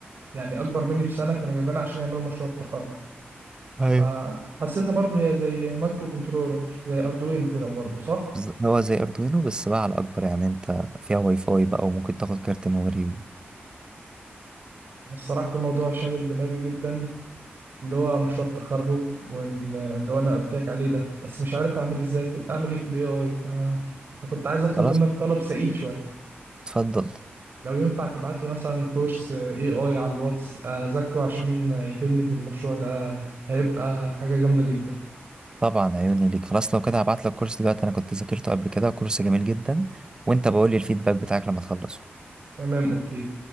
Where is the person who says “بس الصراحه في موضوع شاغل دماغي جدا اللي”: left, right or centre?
Right